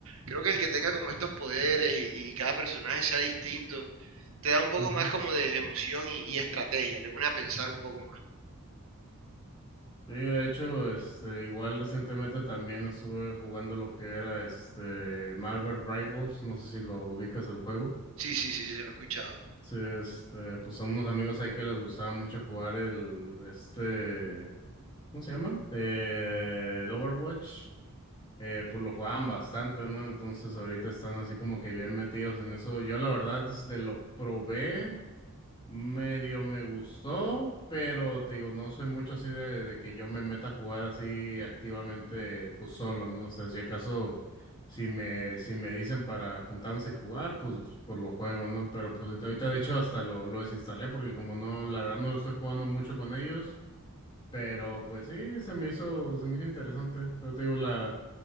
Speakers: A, on the right; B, on the left.
A: creo que el que tenga como estos poderes y, y cada personaje sea distinto, te da un poco
B: ujú.
A: más como de emoción y, y estrategia, te pone a pensar un poco más.
B: y de hecho, este, igual recientemente también estuve jugando lo que era este Marvel Rivals, no sé si lo ubicas el juego.
A: Sí, sí, sí, sí, se lo he escuchado.
B: Sí, este, pues son unos amigos ahí que les gustaba mucho jugar el, este, ¿cómo se llama? Eh, el Overwatch. Eh, pues lo jugaban bastante, ¿no? Entonces ahorita están así como que bien metidos en eso. Yo la verdad, este, lo probé. Medio me gustó, pero te digo, no soy mucho así de, de que yo me meta a jugar así activamente, pues solo, ¿no? O sea, si acaso, si me, si me dicen para juntarnos y jugar, pues por lo juego, ¿no? Pero pues ahorita, ahorita, de hecho hasta lo, lo desinstalé porque como no, la verdad no lo estoy jugando mucho con ellos, pero pues sí, se me hizo, se me hizo interesante, pero te digo, la,